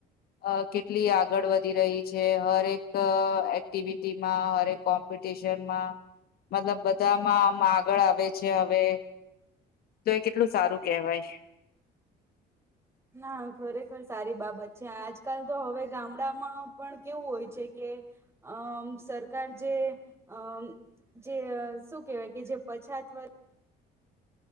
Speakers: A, on the left; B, on the right.
A: અ કેટલી આગળ વધી રહી છે હરેક એક્ટિવિટીમાં હરેક કોમ્પિ ટીશનમાં મતલબ બધામાં આમ આગળ આવે છે હવે. તો એ કેટલું સારું કહેવાય.
B: ના ખરેખર સારી બાબત છે આજકાલ તો હવે ગામડામાં પણ કેવું હોય છે કે અમ સરકાર જે અમ જે શું કેહેવાય કે જે પછાત વર